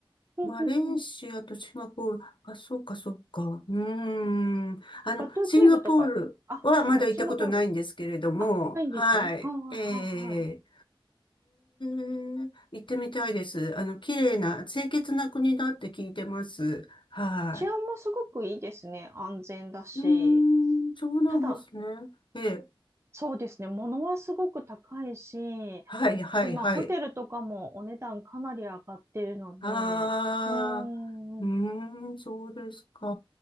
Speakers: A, on the right; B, on the left.
A: うん、
B: マレーシアとシンガポール、
A: うん。
B: あ、そうか、そうか。うーん。あの、
A: バトゥーケーブとか、
B: シンガポールはまだ行ったことないんですけれども、
A: あ、はいはい、シンガポール。あ、ないんですね。
B: はい。
A: はいはいはいはい。
B: ええええ行ってみたいです。あの、綺麗な、清潔な国だって聞いてます。は
A: 治安もすごくいいですね。安全だし。
B: い。うーん、そうなんですね。
A: ただ、
B: ええ
A: そうですね。物はすごく高いし、
B: はい、はい、
A: 今、
B: はい。
A: ホテルとかもお値段かなり上がってるので、
B: ああ、
A: うー
B: うーん、
A: ん、
B: そうですか。